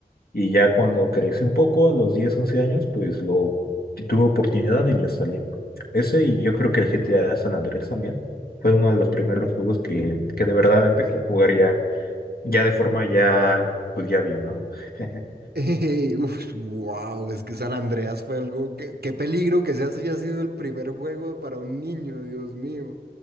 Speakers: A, on the left; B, on the right.
A: y ya cuando crecí un poco, a los 10 11 años, pues lo tuve oportunidad y lo instalé. Ese y yo creo que el GTA San Andrés también fue uno de los primeros juegos que, que de verdad empecé a jugar ya, ya de forma ya, pues ya bien, ¿no? <laughs>
B: <laughs> uf, wow, es que San Andreas fue algo. Qué, qué peligro que ese haya sido el primer juego para un niño, Dios mío.